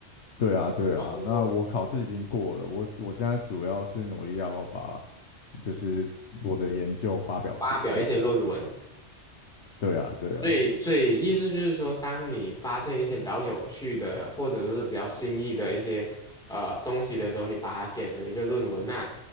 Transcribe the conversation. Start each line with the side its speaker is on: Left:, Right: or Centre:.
Left: 对啊，对啊，
Centre: 哦，
Left: 那我考试已经过了，我我现在主要是努力要把就是我的研究发表出去。
Centre: 发表一些论文。
Left: 对啊，对啊，
Centre: 所以，所以意思就是说，当你发现一些比较有趣的，或者说是比较新意的一些呃东西的时候，你把它写成一个论文呐、